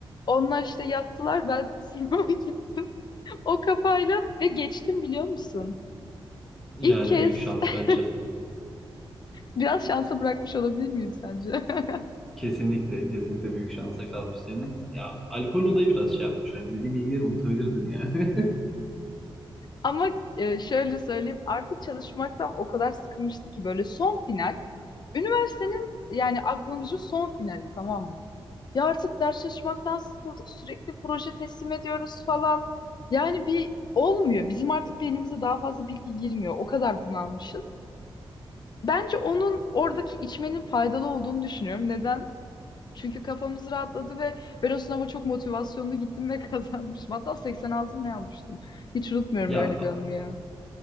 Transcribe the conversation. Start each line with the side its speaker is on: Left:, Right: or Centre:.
Left: Onlar işte yattılar, ben <laughs> sınava gittim. O kafayla ve geçtim biliyor musun?
Centre: Yani
Left: İlk kez
Centre: büyük şans
Left: <laughs>
Centre: bence.
Left: biraz şansa bırakmış olabilir miyim sence? <laughs>
Centre: Kesinlikle, kesinlikle büyük şansa kalmış senin. Ya alkol olayı biraz şey yapmış. Yani bildiğim bilgileri unutabilirdin yani. <laughs>
Left: Ama e, şöyle söyleyeyim, artık çalışmaktan o kadar sıkılmıştı ki böyle son final. Üniversitenin yani aklımızda son finali tamam mı? Ya artık ders çalışmaktan sıkıldık. Sürekli proje teslim ediyoruz falan. Yani bir olmuyor. Bizim artık beynimize daha fazla bilgi girmiyor. O kadar bunalmışız. Bence onun oradaki içmenin faydalı olduğunu düşünüyorum. Neden? Çünkü kafamız rahatladı ve ben o sınava çok motivasyonlu gittim ve <laughs> kazanmıştım. Hatta 86 mı ne almıştım? Hiç unutmuyorum
Centre: Ya
Left: öyle bir anımı ya.